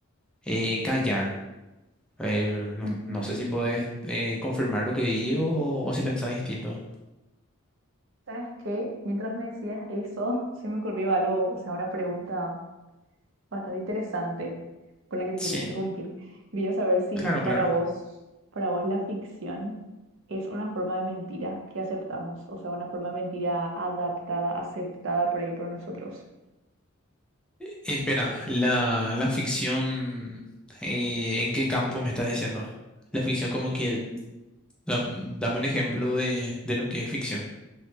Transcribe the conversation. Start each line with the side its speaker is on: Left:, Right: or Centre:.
Centre: eh, callar. Eh, no,
Right: Ujú, ujú.
Centre: no sé si podés eh, confirmar lo que digo o, o si pensás distinto.
Right: ¿Sabes qué? Mientras me decías eso, <laughs> se me ocurrió algo, o sea, una pregunta bastante interesante con la que te
Centre: Sí,
Right: quiero interrumpir. Quería saber si
Centre: claro,
Right: para
Centre: claro.
Right: vos, para vos la ficción es una forma de mentira que aceptamos, o sea, una forma de mentira adaptada, aceptada por ahí por nosotros.
Centre: Espera, la, la ficción, eh, ¿en qué campo me estás diciendo? La ficción como que, da- dame un ejemplo de, de lo que es ficción.